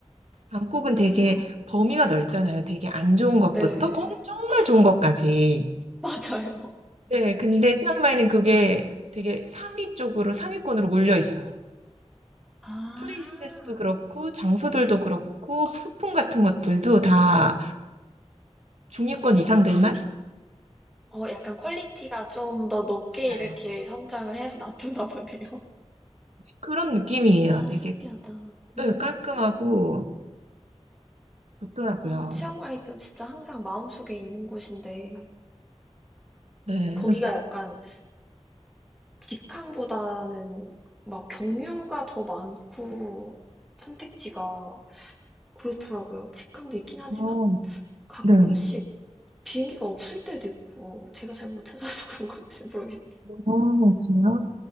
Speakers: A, on the right; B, in the centre.
A: 방콕은
B: 그렇구나.
A: 되게 범위가 넓잖아요. 되게 안 좋은 것부터
B: 네.
A: 정- 정말 좋은 것까지.
B: <laughs> 맞아요.
A: 네, 근데 치앙마이는 그게 되게 상위 쪽으로 상위권으로 몰려 있어요.
B: 아.
A: 플레이스도 그렇고 장소들도 그렇고 소품 같은 것들도 다 중위권 이상들만
B: 어 약간 퀄리티가 좀 더 높게
A: 맞아요.
B: 이렇게 선정을 해서 놔두나 보네요.
A: 그런 느낌이에요.
B: 아
A: 되게
B: 신기하다.
A: 네,
B: 음.
A: 깔끔하고 좋더라고요.
B: 아 치앙마이도 진짜 항상 마음속에 있는 곳인데
A: 네,
B: 거기가
A: 그래서
B: 약간 직항보다는 막 경유가 더 많고 선택지가 그렇더라고요. 직항도 있긴 하지만
A: 어,
B: 가끔씩
A: 네.
B: 비행기가 없을 때도 있고 제가 잘 못 찾아서 <laughs> 그런 건지 모르겠...
A: 어, 그래요?